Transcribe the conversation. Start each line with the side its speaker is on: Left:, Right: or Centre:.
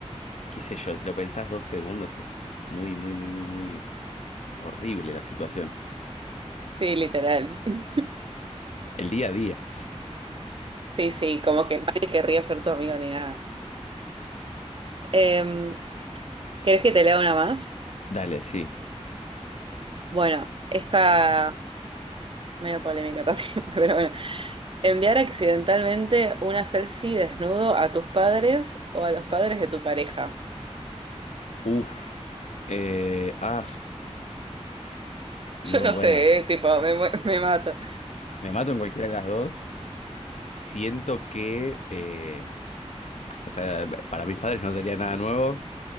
Left: qué sé yo, lo pensás dos segundos y es muy, muy, muy, muy, muy horrible la situación.
Right: Sí, literal. <laughs>
Left: El día a día.
Right: Sí, sí, como que nadie querría ser tu amigo ni nada. Em, ¿querés que te lea una más?
Left: Dale, sí.
Right: Bueno, esta medio polémica también, <laughs> pero bueno. Enviar accidentalmente una selfie desnudo a tus padres o a los padres de tu pareja.
Left: Uf. eh, ah, no,
Right: Yo no
Left: bueno.
Right: sé, eh, tipo, me, mu- <laughs> me mato.
Left: Me mato en cualquiera de las dos. Siento que, eh, o sea, para mis padres no sería nada nuevo.